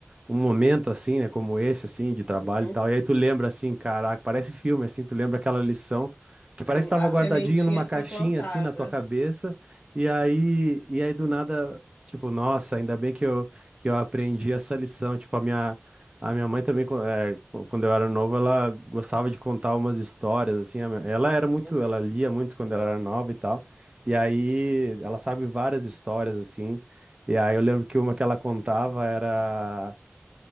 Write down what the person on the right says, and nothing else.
um momento assim, né, como esse assim, de trabalho
e tal. E aí tu lembra assim, caraca, parece filme assim, tu lembra aquela lição que parece
que estava
guardadinho
numa caixinha
assim na tua cabeça. E aí e aí do nada, tipo, nossa, ainda bem que eu que eu aprendi essa lição, tipo, a minha A minha mãe também, quan- eh, quando eu era novo, ela gostava de contar umas histórias, assim. a minha- Ela era muito,
ela lia muito quando ela era nova e tal. E aí, ela sabe várias histórias, assim. E aí, eu lembro que uma que ela contava era